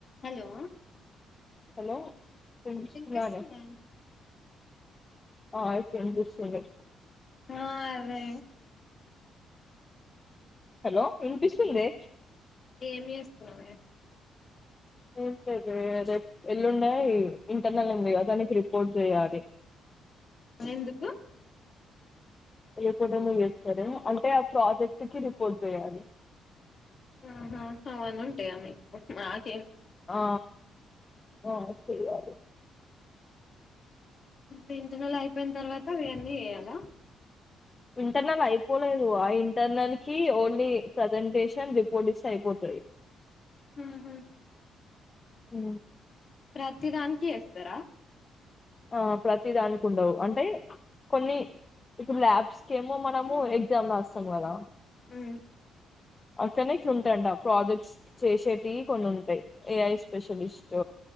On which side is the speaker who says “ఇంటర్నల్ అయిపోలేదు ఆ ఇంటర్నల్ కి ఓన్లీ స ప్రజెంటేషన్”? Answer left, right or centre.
Left